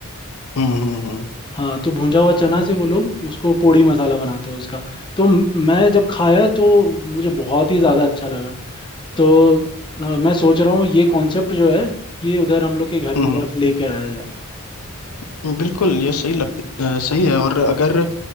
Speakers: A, on the left; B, on the left.
A: हम्म हम्म हम्म
B: हाँ तो भुंजा हुआ चना से वो लोग उसको पोड़ी मसाला बनाते हैं उसका तो म- मैं जब खाया तो मुझे बहुत ही ज़्यादा अच्छा लगा तो अ, मैं सोच रहा हूँ ये कॉन्सेप्ट जो है ये उधर हम लोग के घर
A: हम्म,
B: की तरफ लेके आया जाए
A: हम्म। बिल्कुल ये सही लग अ, सही है और अगर अ,